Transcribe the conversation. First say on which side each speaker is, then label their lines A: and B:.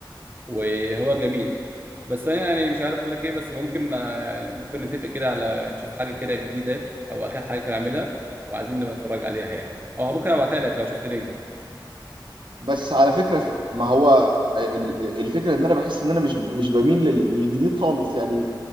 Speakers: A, on the right; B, on the right.
A: وهو جميل بس انا يعني مش عارف اقول لك ايه بس ممكن آه، يعني ممكن نتفق كده على نشوف حاجة كده جديدة او اخر حاجة كان عاملها وعايزين نبقى نتفرج عليها
B: اه
A: يعني او ممكن ابعتها لك لو شفت لينك
B: بس على فكره في... ما هو ال- ال- الفكره ان انا بحس ان انا مش مش بميل لل- للجديد خالص يعني